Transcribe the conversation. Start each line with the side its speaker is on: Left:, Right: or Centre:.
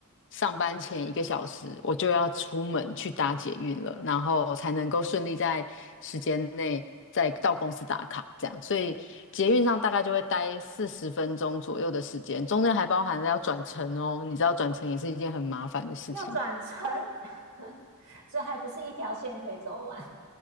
Left: 上班前一个小时，我就要出门去搭捷运了，然后才能够顺利在时间内再到公司打卡，这样。所以捷运上大概就会待四十分钟左右的时间，中间还包含了要转乘哦，你知道转乘也是一件很麻烦的事情。
Right: 要转乘，<laughs> 所以还不是一条线可以走完。